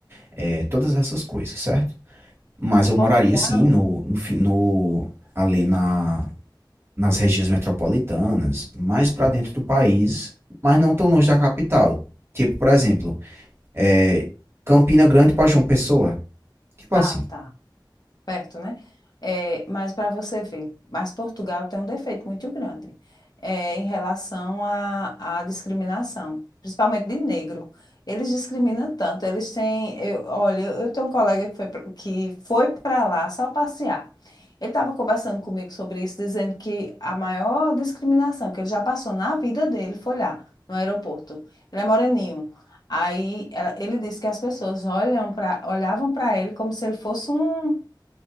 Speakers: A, on the right; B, on the left.
A: é, todas essas coisas, certo? Mas eu moraria
B: Portugal?
A: sim no, no, fi- no- ali na, nas regiões metropolitanas, mais para dentro do país, mas não tão longe da capital. Tipo, por exemplo, é, Campina Grande para João Pessoa, tipo
B: Ah,
A: assim,
B: tá. perto, né? É, mas para você ver, mas Portugal tem um defeito muito grande é, em relação à à discriminação, principalmente de negro. Eles discriminam tanto, eles têm, eu, olha, eu eu tenho um colega que foi, pra- que foi para lá só passear. Ele estava conversando comigo sobre isso, dizendo que a maior discriminação que ele já passou na vida dele foi lá, no aeroporto. Ele é moreninho. Aí ela- ele disse que as pessoas olham pra, olhavam para ele como se ele fosse um